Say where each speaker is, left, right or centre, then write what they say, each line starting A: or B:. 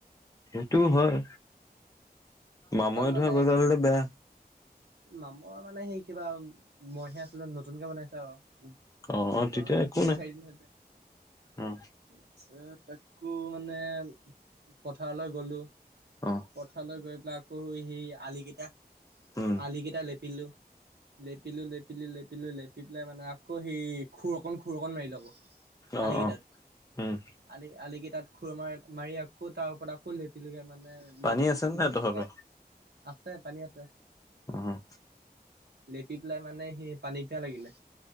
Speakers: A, on the left (about 20°); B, on the right (about 85°).
A: সেইটো হয়,
B: অকণ
A: মামৰে
B: মানে
A: ধৰা গজাল হ'লে বেয়া।
B: মামৰ মানে হেৰি কিবা, মইহে <unintelligible> নতুনকে বনাইছে আৰু। কিবা
A: অ' অ' তেতিয়া একো
B: তিনি
A: নাই
B: চাইড <unintelligible>
A: অ'
B: <unintelligible> আকৌ মানে পথাৰলৈ গ'লো।
A: অ'
B: পথাৰলৈ গৈ পেলাই আকৌ সেই আলিকিটা
A: উম।
B: আলিকিটা লেপিলোঁ, লেপিলোঁ, লেপি লেপিলো, লেপিলো-লেপি লৈ পেলাই মানে আকৌ সেই খুৰ অকন খুৰ অকণ মাৰিলো আকৌ।
A: অ'
B: আলিকিটাত।
A: অ' উম
B: আলি, আলি কিটাত খুৰ মাৰ- মাৰি আকৌ তাৰ ওপৰত আকৌ লেপিলোগে মানে।
A: পানী
B: লেপিল-লেপি
A: আছে নে নাই তহঁতৰ?
B: পেলাই আছে পানী আছে।
A: উম।
B: লেপি পেলাই মানে সেই পানী পিয়াহ লাগিলে,